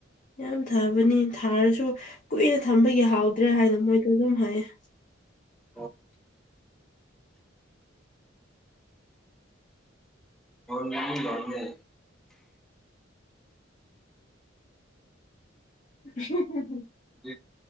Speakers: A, on the left; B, in the centre.
A: ꯌꯥꯝ ꯊꯕꯅꯤ ꯊꯥꯔꯁꯨ ꯀꯨꯏꯅ ꯊꯝꯕꯒꯤ ꯐꯥꯎꯗ꯭ꯔꯦ ꯍꯥꯏꯅ ꯃꯣꯏꯗ ꯑꯗꯨꯝ ꯍꯥꯏꯌꯦ <unintelligible>
B: ꯎꯝ ꯍ ꯌꯥꯗ
A: ꯍ
B: ꯗꯤ